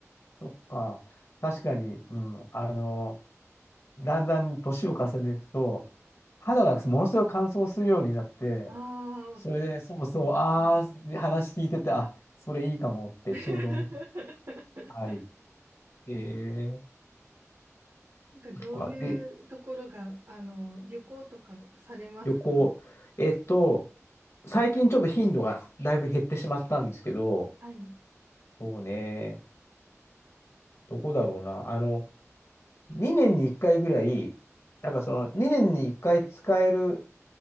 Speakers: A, on the left; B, on the right.
A: そっか。確かに、うん。あの、だんだん年を重ねていくと、肌がものすごく乾燥するようになって、
B: ああ、わか、
A: それで、そうそう、
B: わかります。
A: ああ、で話聞いてて、あ、それいいかもってちょうど思った。
B: <laughs>
A: はい。えー、
B: なんかどういうところが、
A: そっかで、
B: あの、旅行とかされますか
A: 旅行。えっと、最近ちょっと頻度がだいぶ減ってしまったんですけど、
B: はい。
A: そうね、どこだろうな。あの、2年に1回ぐらい、なんかその2年に1回使える